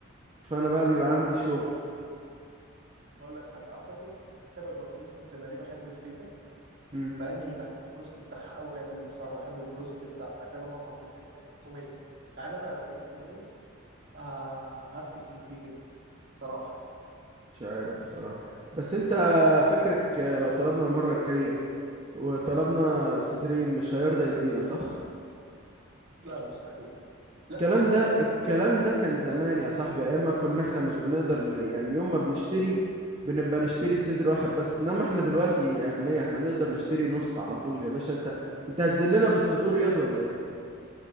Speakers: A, on the right; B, on the right.
A: فانا بقى
B: بس
A: بيبقى
B: اقول لك
A: عندي شغل
B: اقول لك حاجه اعتقد السبب الرئيسي انا ليه بحب فريكا
A: مم.
B: مع اني مش بحب البروست بتاعها قوي يعني انا بصراحه بحب البروست بتاع كذا مطعم غير فريكا التوميه يعني انا لو لقيت توميه آه هفكس لفريكا دي بصراحه يعني.
A: مش عارف بصراحة بس انت فكرك لو طلبنا المرة الجاية وطلبنا صدرين مش هيرضى يدينا صح
B: لا مستحيل لا
A: الكلام
B: سردرين
A: ده الكلام ده كان زمان يا صاحبي ايام ما كنا احنا مش بنقدر ن... يعني يوم ما بنشتري بنبقى نشتري صدر واحد بس انما احنا دلوقتي اغنياء احنا نقدر نشتري نص على طول يا باشا انت انت هتذلنا بالصدور ياض ولا ايه